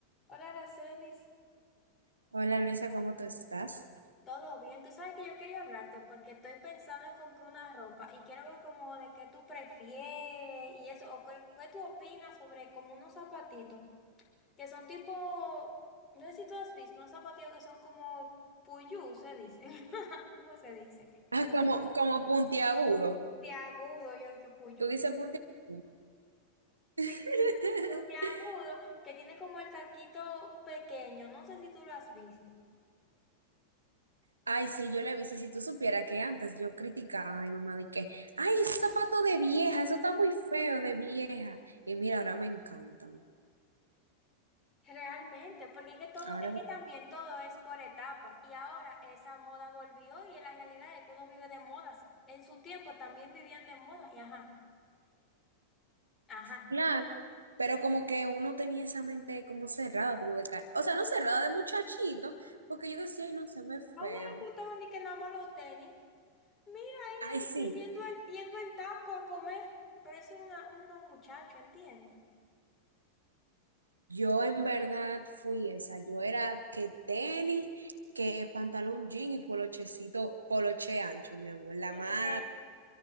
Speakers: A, on the left; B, on the right.
A: Hola, Aracelis.
B: Hola Luisa, ¿cómo tú estás?
A: ¿Todo bien? Tú sabes que yo quería hablarte porque estoy pensando en comprar una ropa y quiero ver como de qué tú prefieres y eso, o qué, qué tú opinas sobre como unos zapatitos que son tipo, no sé si tú has visto, unos zapatitos que son como puyú, se dice. <laughs> ¿Cómo se dice?
B: Ah, como, como puntiagudo.
A: Puntiagudo, yo dije puyú.
B: ¿Tú dices puntiagudo? <laughs>
A: Sí, puntiagudo, que tiene como el taquito pequeño, no sé si tú lo has visto.
B: Ay, sí, yo le vi. Si, si tú supieras que antes yo criticaba a mi mamá de que, ay, esos zapatos de vieja, eso está muy feo de vieja. Y mira, ahora me encantan.
A: Realmente, porque es que todo,
B: Ahora,
A: es que también todo es por etapas y ahora esa moda volvió y la realidad es que uno vive de modas. En su tiempo también vivían de moda y ajá, ajá.
B: claro. Pero como que uno tenía esa mente como cerrada, como de cara. O sea, no cerrada de muchachito, porque yo decía, ay, no, se ve feo.
A: A uno le gustaban ni que nada más los tenis. Mira ella
B: Ay,
A: de
B: sí.
A: que yendo en, yendo en taco a comer, pero eso es una, una muchacho, ¿entiendes?
B: Yo en verdad fui esa. Yo era que tenis, que pantalón jean y polochecito, poloche ancho, mi amor. La
A: Sí,
B: más,
A: de que